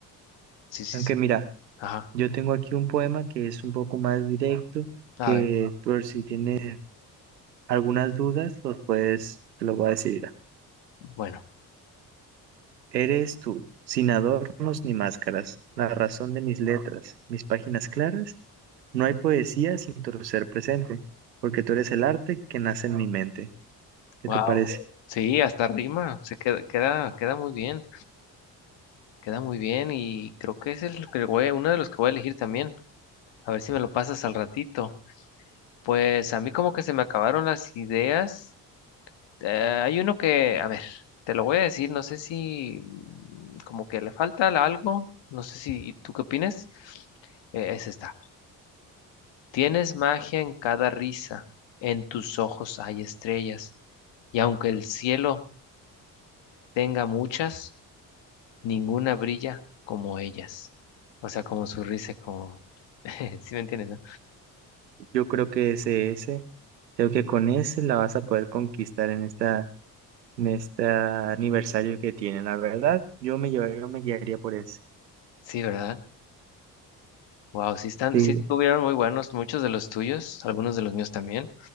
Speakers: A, on the left; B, on the right.
A: Sí, sí,
B: Aunque
A: sí.
B: mira,
A: Ajá.
B: yo tengo aquí un poema que es un poco más directo,
A: A
B: que
A: ver.
B: por si tienes algunas dudas, los puedes, te lo voy a decir. mira.
A: Bueno.
B: Eres tú, sin adornos ni máscaras, la razón de mis letras, mis páginas claras. No hay poesía sin tu ser presente, porque tú eres el arte que nace en mi mente. ¿Qué
A: Wow.
B: te parece?
A: Sí, hasta rima. Se queda, queda, queda muy bien. Queda muy bien. Y creo que ese es el que voy, uno de los que voy a elegir también. A ver si me lo pasas al ratito. Pues a mí como que se me acabaron las ideas. Eh, hay uno que, a ver, te lo voy a decir, no sé si mm, como que le falta la- algo, no sé si tú qué opinas. Eh, es esta. Tienes magia en cada risa, en tus ojos hay estrellas, y aunque el cielo tenga muchas, ninguna brilla como ellas. O sea, como su risa, como... <laughs> ¿Sí me entiendes, no?
B: Yo creo que es ese. Creo que con ese la vas a poder conquistar en esta, en este aniversario que tiene. La verdad, yo me llevaría, yo me guiaría por ese.
A: Sí, ¿verdad? Wow, sí están,
B: Sí,
A: sí estuvieron muy buenos, muchos de los tuyos, algunos de los míos también.